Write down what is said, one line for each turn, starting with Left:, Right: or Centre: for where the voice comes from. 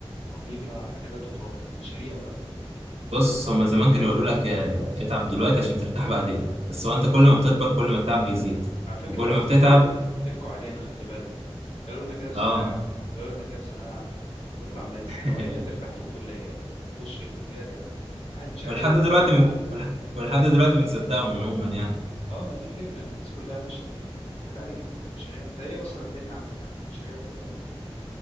Left: رهيبة حاجة لا تطاق ومشاريع بقى
Right: بص هما زمان كانوا يقولوا لك آه، اتعب دلوقتي عشان ترتاح بعدين بس هو انت كل ما بتكبر كل ما التعب بيزيد
Left: على فكرة
Right: وكل ما
Left: ضحكوا
Right: بتتعب
Left: ضحكوا علينا خلي بالك قالوا لنا كده في
Right: اه
Left: ثانوية قالوا لنا كده في ثانوية عامة تطلع من الثانوية
Right: <laughs>
Left: ترتاح في الكلية تخش الكلية دي لا واحد مش عايز
Right: ولحد
Left: يواجه
Right: دلوقتي
Left: سوق العمل
Right: بن... ولح- ولحد دلوقتي بنصدقهم عموما يعني
Left: اه ما دي الفكره ان الناس كلها ماشيه كده الواحد عليه كميه مشاريع انت ايه اصلا الدنيا عندك عندك مشاريع وكده ولا ايه